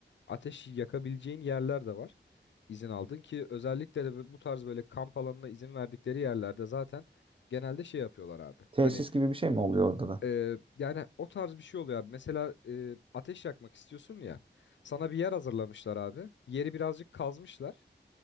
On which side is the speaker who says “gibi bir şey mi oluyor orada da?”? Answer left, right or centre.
Right